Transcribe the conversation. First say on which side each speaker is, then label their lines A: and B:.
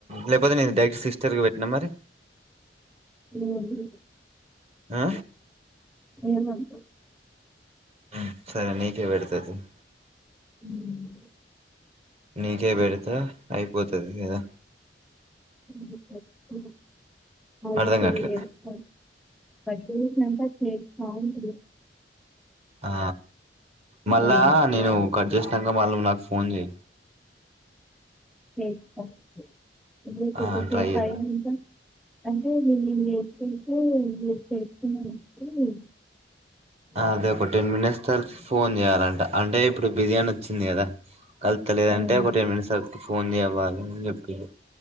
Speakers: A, on the right; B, in the centre.
A: లేకపోతే నేను డైరెక్ట్ సిస్టర్ కి పెట్టినా మరి
B: ఊహు
A: ఆ
B: ఏమంటవ్
A: మ్ సరే నీకే పెడత చూడు
B: మ్
A: నీకే పెడతా అయిపోతాది కదా
B: మ్ పెట్టు ఆడు
A: అర్ధం
B: ఇపుడు
A: కాట్లే
B: లేచినాడు పొద్దుగుంకిణాంక సౌండ్
A: ఆ మళ్ళా
B: తర్వాత.
A: నేను కట్ చేసినాంక మళ్ళీ నాకు ఫోన్ చేయి
B: చేస్తా మళ్ళీ కొద్దిసేపు
A: ఆ ట్రై చేద్దాం
B: అయినాంక అంటే నేను చేసుకుంటే మీరూ చేస్తున్నారు మ్
A: అదే ఒక టెన్ మినిట్స్ తర్వాత ఫోన్ చెయ్యాలంట అంటే ఇప్పుడు బిరియాని వచ్చింది కదా కలుస్తాలేదు
B: అవును.
A: అంటే ఒక టెన్ మినిట్స్ ఆగు ఫోన్ చేయ్వాలని చెప్పింరు